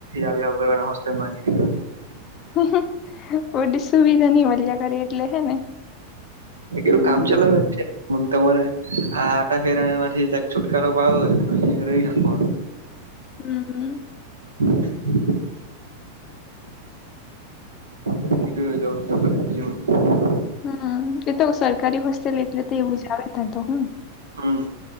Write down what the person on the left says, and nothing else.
હમ ઓ ડ સુવિધા ની મળ્યા કરે એટલે હે ને.
હમ
હમ હમ.
હમ એ તો સરકારી હોસ્ટેલ એટલે તો એવું જ આવે ત્યાં તો હમ.